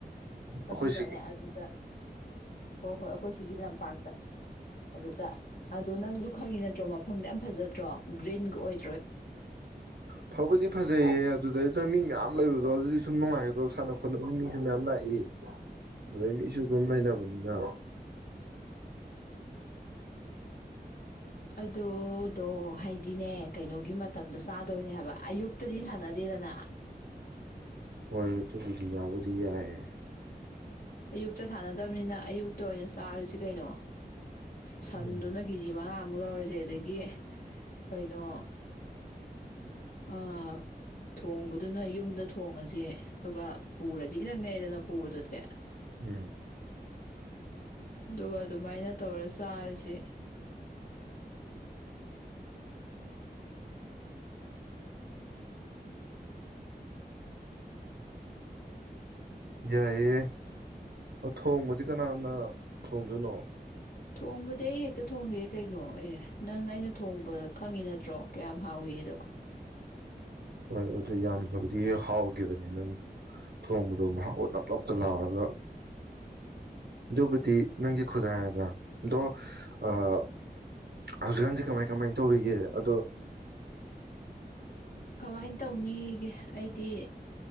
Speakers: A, on the right (about 80°); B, on the left (about 65°).
A: ꯑꯩꯈꯣꯏ
B: ꯑꯗꯨꯗꯅꯦ
A: ꯁꯤꯒꯤ
B: ꯑꯗꯨꯗ ꯍꯣ ꯍꯣꯏ ꯑꯩꯈꯣꯏ ꯁꯤꯒꯤ ꯂꯝꯄꯥꯛꯇ ꯑꯗꯨꯗ ꯑꯗꯨ ꯅꯪꯖꯨ ꯈꯪꯉꯤ ꯅꯠꯇ꯭ꯔꯣ ꯃꯐꯝꯗꯣ ꯌꯥꯝ ꯐꯖꯗ꯭ꯔꯣ ꯒ꯭ꯔꯤꯟꯒ ꯑꯣꯏ
A: ꯐꯕꯨꯗꯤ ꯐꯖꯩꯌꯦ ꯑꯗꯨꯗꯩ ꯅ ꯃꯤ ꯃꯌꯥꯝ ꯂꯩꯕꯗꯣ ꯑꯗꯨꯗꯤ ꯁꯨꯝ ꯅꯨꯡꯉꯥꯏꯒꯗ꯭ꯔꯣ ꯁꯥꯟꯅ ꯈꯣꯠꯅꯕ ꯃꯤꯖꯨ ꯃꯌꯥꯝ ꯂꯥꯛꯏ ꯑꯗꯩ ꯃꯤꯖꯨ ꯑꯗꯨꯝ ꯂꯩꯅꯕꯅꯤꯅ
B: ꯑꯗꯨꯗꯣ ꯍꯥꯏꯗꯤꯅꯦ ꯀꯩꯅꯣꯒꯤ ꯃꯇꯝꯗ ꯆꯥꯗꯣꯏꯅꯦ ꯍꯥꯏꯕ ꯑꯌꯨꯛꯇꯗꯤ ꯁꯥꯟꯅꯗꯦꯗꯅ
A: ꯍꯣꯏ ꯑꯇꯨꯕꯨꯗꯤ ꯌꯥꯕꯨꯗꯤꯌꯥꯏ
B: ꯑꯌꯨꯛꯇ ꯁꯥꯟꯅꯗꯕꯅꯤꯅ ꯑꯌꯨꯛꯇ ꯑꯣꯏꯅ ꯆꯥꯔꯁꯤ ꯀꯩꯅꯣ ꯁꯟꯗꯨꯅ
A: ꯎꯝ
B: ꯀꯦꯖꯤ ꯃꯉꯥ ꯃꯨꯛ ꯂꯧꯔꯖꯦ ꯑꯗꯒꯤ ꯀꯩꯅꯣ ꯑ ꯊꯣꯡꯕꯗꯨꯅ ꯌꯨꯝꯗ ꯊꯣꯡꯉꯖꯦ ꯑꯗꯨꯒ ꯄꯨꯔꯖꯤ ꯏꯅꯛ ꯅꯩꯑꯦꯗꯅ ꯄꯨꯕꯗꯨꯗꯤ
A: ꯎꯝ
B: ꯑꯗꯨꯒ ꯑꯗꯨꯃꯥꯏꯅ ꯇꯧꯔ ꯆꯥꯔꯁꯦ
A: ꯌꯥꯏꯌꯦ ꯑꯊꯣꯡꯕꯥꯗꯤ ꯀꯅꯥꯅꯥ ꯊꯣꯡꯗꯣꯏꯅꯣ꯫
B: ꯊꯣꯡꯕꯥ ꯗꯤ ꯑꯩ ꯍꯦꯛꯇꯥ ꯊꯣꯡꯒꯦ ꯀꯦꯏꯅꯣ ꯑꯦꯍꯍ ꯑꯦꯟ. ꯏꯅꯥ ꯊꯣꯡꯕꯥ ꯈ꯭ꯡꯒꯦ ꯅ꯭ꯠꯔꯣ ꯀꯌꯥꯝ ꯍꯥꯑꯣꯒꯦ ꯗꯨ꯫
A: ꯍꯣꯏ ꯑꯗꯨ ꯌꯥꯝꯃꯜꯂꯥꯕꯥꯗꯤ ꯍꯥꯑꯣꯖꯤꯕꯅꯤ ꯉꯅꯥ ꯊꯣꯡꯕꯥ ꯗꯨ ꯃꯍꯥꯑꯣ ꯒꯥ ꯅꯞ ꯅꯞ ꯒꯥ ꯂꯥꯑꯣꯔꯥꯒꯥ ꯑꯗꯨꯕꯨꯗꯤ ꯉꯒꯤ ꯈꯨꯠ ꯍꯥꯏꯔꯦꯗꯅꯥ ꯑꯗꯣ ꯑꯥ ꯍꯋꯖꯤꯛ ꯀꯃꯩ ꯀꯃꯩ ꯇ꯭ꯔꯤꯒꯦ ꯑꯗꯨ꯫
B: ꯀꯃꯩ ꯇ꯭ꯅꯦꯏꯒꯦ ꯏꯗ꯫